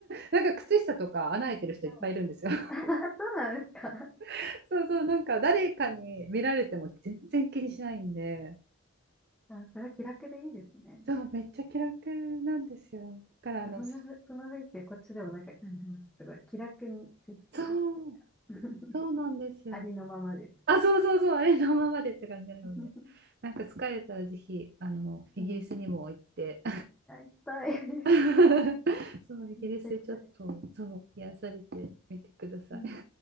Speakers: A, on the right; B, in the centre.
A: なんか靴下とか穴開いてる人いっぱいいるんですよ。
B: はい <laughs> そうなんですか。
A: <laughs> そうそう、なんか誰かに見られても全然気にしないんで、
B: あ、それは気楽でいいですね。
A: そう、めっちゃ気楽なんですよ。だから、あの、
B: そんなふ、
A: そ
B: その雰囲気はこっちでもなんか感じます。すごい。気楽に接してる。
A: そう
B: <laughs>
A: そうなんですよね。
B: ありのままです。
A: あ、そうそうそう、あれのままでって感じなので。
B: <laughs>
A: なんか疲れたらぜひ、あの、イギリスにも行って、
B: うん。<laughs> あ行きたい。<laughs>
A: <laughs> そう、イギリスでちょっと、
B: めっちゃ行きたい。
A: そう、癒されてみてください。
B: うん。